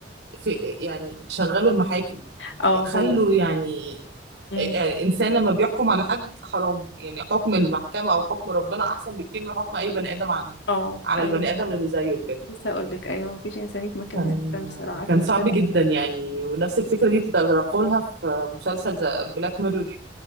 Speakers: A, on the right; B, on the left.
A: في يعني شغلوا المحاكم
B: اه
A: خلوا
B: هو
A: يعني
B: امم
A: يعني الإنسان لما بيحكم على حد حرام يعني حكم المحكمة أو حكم ربنا أحسن بكتير من حكم أي بني آدم عن
B: اه
A: على
B: ايوه
A: البني آدم
B: فعلا
A: اللي زيه بجد
B: لسه اقول لك ايوه مفيش انسان يتمكن
A: كان
B: من الانسان بصراحه عارفه
A: كان صعب
B: من ده تحفه
A: جدا يعني ونفس الفكرة دي تطرقوا لها في مسلسل بلاك ميرور